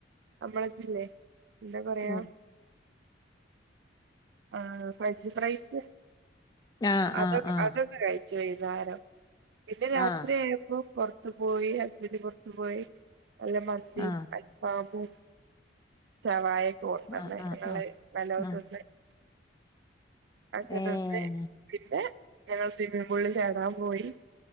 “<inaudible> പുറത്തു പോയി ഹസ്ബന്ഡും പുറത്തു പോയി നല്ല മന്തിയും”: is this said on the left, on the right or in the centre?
Right